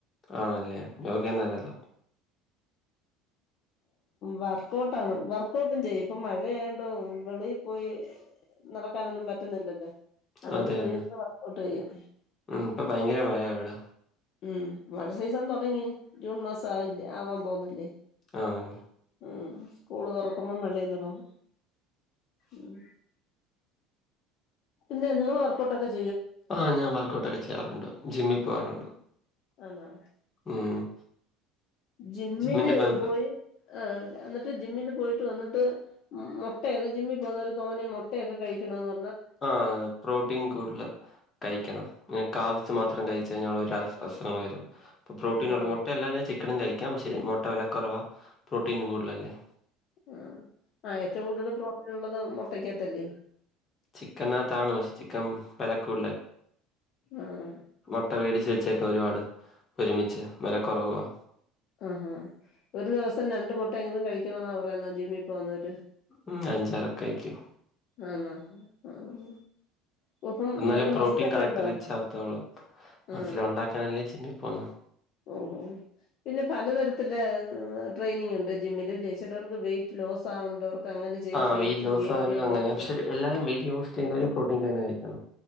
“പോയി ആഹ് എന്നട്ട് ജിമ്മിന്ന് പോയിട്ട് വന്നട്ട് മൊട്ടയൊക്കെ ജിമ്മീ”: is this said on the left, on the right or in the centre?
Left